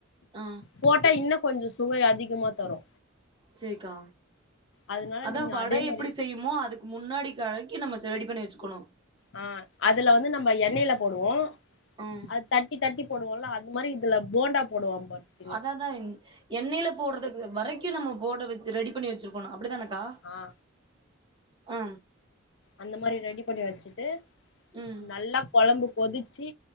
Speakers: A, on the right; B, on the left.
A: ஆ
B: போட்டா இன்னு கொஞ்ச சுவை அதிகமா தரு
A: சேக்கா
B: அதனால
A: அதா
B: நீங்க
A: வடை
B: அதே மாரி
A: எப்டி செய்யிவ் மோ அதுக்கு முன்னாடி கழக்கி நம்ம செ ரெடி பண்ணி வச்சுக்கணு
B: ஆ அதுல வந்து நம்ம எண்ணைல போடுவோ
A: ம்.
B: அது தட்டி தட்டி போடுவோல அது மாரி இதுல போண்டா போடுவா <unintelligible>
A: அத தா எண்ணய்ல போடுறதுக்கு வரைக்கு நம்ம போட ரெடி பண்ணி வச்சிருக் கோனு அப்டித்தானக்கா
B: ஆ
A: உ
B: அந்தமாரி ரெடி பண்ணி வச்சுட்டு
A: ம்.
B: நல்லா கொழம்பு கொதிச்சி